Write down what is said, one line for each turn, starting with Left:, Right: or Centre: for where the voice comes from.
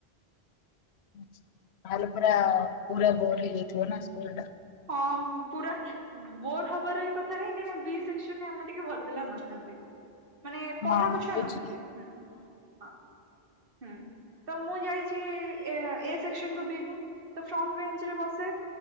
Left: ତାହେଲେ ପୁରା, ପୁରା ବୋର୍ ହେଇଯାଇଥିବ ନା ସ୍କୁଲ୍ ଟା।
Right: ହଁ, ପୁରା ବୋର୍ ହବାରେ କଥା ନାହିଁ। କାହିଁ ନା ବି ସେକ୍ସନ୍ ରେ ଆମର ଟିକେ ଭଲ ପିଲା ନଥାନ୍ତି। ମାନେ ପଢ଼ା
Left: ହଁ
Right: ପଢାକୁ ଛୁଆ
Left: ବୁଝିଲି
Right: ନଥାନ୍ତି। ହୁଁ ହଁ ହୁଁ, ତ ମୁଁ ଯାଇଚି ଏ ସେକ୍ସନ୍ କୁ ବି କୁ, ତ ଫ୍ରଣ୍ଟ୍ ବେଞ୍ଚ୍ ରେ ବସେ।